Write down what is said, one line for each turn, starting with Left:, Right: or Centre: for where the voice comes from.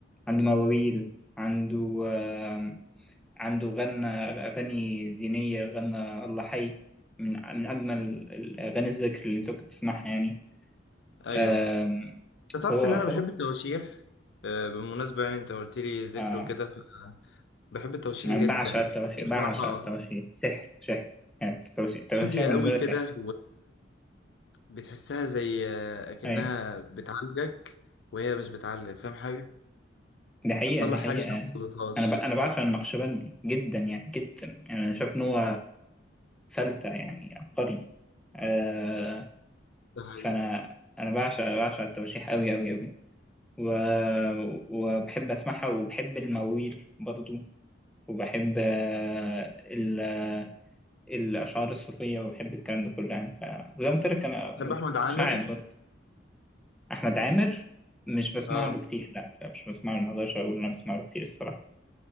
Centre: عنده مواويل عنده آه، عنده غنى أغاني دينية غنى الله حي من من أجمل الأغاني الذكر اللي أنت ممكن تسمعها يعني
Left: أيوه
Centre: آم،
Left: أنت تعرف
Centre: فهو
Left: إن أنا
Centre: فهو
Left: بحب التواشيح آه، بالمناسبة يعني أنت قلت لي ذكره
Centre: آه،
Left: كده بحب التوشيح
Centre: أنا
Left: جدا
Centre: بعشق التواشيح
Left: بس هي بصراحة
Centre: بعشق التواشيح سحر سحر يعني التواشيح التواشيح
Left: هادية
Centre: بالنسبة
Left: قوي
Centre: لي
Left: كده
Centre: سحر
Left: وبتحسها زي أكنها
Centre: أيوة
Left: بتعالجك وهي مش بتعالجك فاهم حاجة؟
Centre: دي حقيقة
Left: بتصلح
Centre: دي حقيقة
Left: حاجة
Centre: يعني.
Left: لو ما بوظتهاش
Centre: أنا ب... أنا بعشق النقشبندي جدا يعني جدا يعني أنا شايف إن هو فلتة يعني عبقري آه...
Left: ده حقيقي
Centre: فأنا أنا بعشق بعشق التواشيح أوي أوي أوي و... وبحب أسمعها وبحب المواويل برضو وبحب آه، ال... الأشعار الصوفية وبحب الكلام ده كله يعني فزي ما قلت لك أنا
Left: بحب أحمد عامر
Centre: متشعب احمد عامر مش بسمع
Left: اه
Centre: له كتير لا لا، مش بسمع له ما اقدرش اقول إن انا بسمع له كتير الصراحه